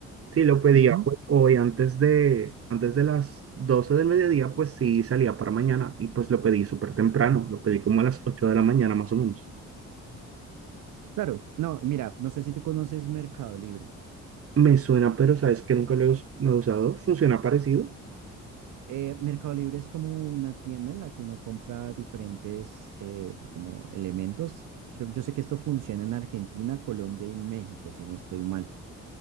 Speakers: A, on the right (about 50°); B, on the right (about 80°).
A: Si lo pedía
B: Ujú.
A: pues hoy antes de, antes de las 12 del mediodía, pues sí salía para mañana y pues lo pedí súper temprano, lo pedí como a las 8 de la mañana más o menos.
B: Claro, no, mira, no sé si tú conoces Mercado Libre.
A: Me suena, pero sabes que nunca lo he, us- lo he usado. ¿Funciona parecido?
B: Eh, Mercado Libre es como una tienda en la que uno compra diferentes eh, como elementos. Creo, yo sé que esto funciona en Argentina, Colombia y México, si no estoy mal.